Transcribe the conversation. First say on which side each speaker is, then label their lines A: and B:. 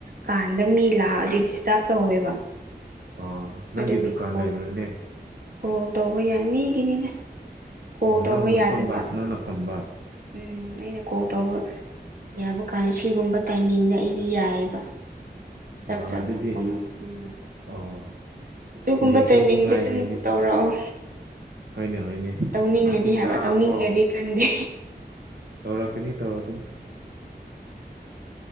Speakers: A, on the right; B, on the right.
A: ꯀꯥꯟꯗ ꯃꯤ ꯂꯥꯛꯑꯗꯤ ꯗꯤꯁꯇ꯭ꯕ ꯇꯧꯋꯦꯕ
B: ꯑꯥ ꯅꯪꯒꯤ
A: ꯑꯗꯨꯒꯤ
B: ꯗꯨꯀꯥꯟ
A: ꯀꯣꯜ
B: ꯂꯩꯕ꯭ꯔꯅꯦ
A: ꯀꯣꯜ ꯇꯧꯕ ꯌꯥꯏ ꯃꯤꯒꯤꯅꯤꯗ ꯀꯣꯜ
B: ꯑꯣ
A: ꯇꯧꯕ
B: ꯅꯪꯅ
A: ꯌꯥꯗꯕ
B: ꯐꯝꯕ ꯅꯪꯅ ꯐꯝꯕ
A: ꯎꯝ ꯑꯩꯅ ꯀꯣꯜ ꯇꯧꯕ ꯌꯥꯕ ꯀꯥꯟꯗ ꯁꯤꯒꯨꯝꯕ ꯇꯥꯏꯃꯤꯡꯗ ꯑꯩꯗꯤ ꯌꯥꯏꯌꯦꯕ ꯆꯥꯛ
B: ꯑꯣ
A: ꯆꯥ
B: ꯑꯗꯨꯗꯤ
A: ꯇꯣꯛꯄ ꯃꯇꯨꯡꯗ
B: ꯑꯣ
A: ꯑꯗꯨꯒꯨꯝꯕ
B: ꯍꯌꯦꯡꯁꯨ
A: ꯇꯥꯏꯃꯤꯡꯗ
B: ꯑꯃꯨꯛ ꯉꯥꯏꯗꯣꯏꯅꯤ
A: ꯑꯗꯨꯝ ꯇꯧꯔꯛꯑꯣ
B: ꯍꯣꯏꯅꯦ ꯍꯣꯏꯅꯦ
A: ꯇꯧꯅꯤꯡꯉꯗꯤ
B: ꯄꯨꯡ
A: ꯍꯥꯏꯕ
B: ꯇꯔꯥ
A: ꯇꯧꯅꯤꯡꯗ꯭ꯔꯗꯤ
B: ꯀꯣ
A: ꯈꯪꯗꯦ
B: ꯇꯧꯔꯛꯀꯅꯤ ꯇꯧꯔꯛꯀꯅꯤ